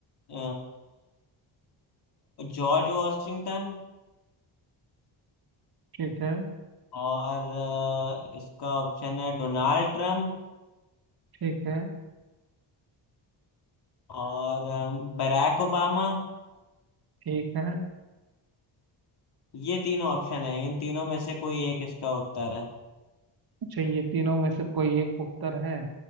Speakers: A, on the left; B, on the right.
A: अ, जॉर्ज वॉशिंगटन
B: ठीक है
A: और अ, इसका ऑप्शन है डोनाल्ड ट्रंप
B: ठीक है
A: और अ, बराक ओबामा
B: ठीक है
A: ये तीन ऑप्शन है इन तीनों में से कोई एक इसका उत्तर है
B: अच्छा ये तीनों में से कोई एक उत्तर है